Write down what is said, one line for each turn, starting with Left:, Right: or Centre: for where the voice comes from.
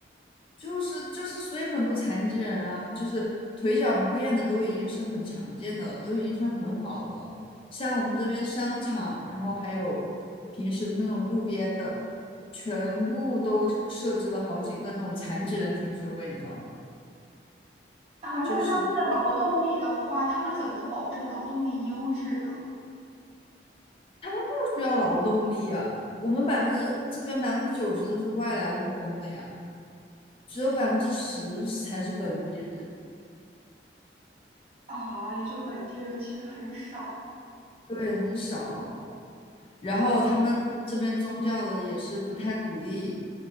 Left: 就是就是，所以很多残疾人啊，就是腿脚不便的都已经是很常见的了，都已经算很好的了。像我们这边商场，然后还有平时那种路边的，全部都设置了好几个那种残疾人停车位，你知道吗？
Right: 啊，那那边的劳动力的话，
Left: 就是
Right: 他们怎么能保证劳动力优质呢？
Left: 不需要劳动力啊。我们百分之这边百分之九十都是外来务工的呀，只有百分之十才是本地人，
Right: 啊，也就本地人其实很少。
Left: 对，很少。然后他们这边宗教的也是不太鼓励，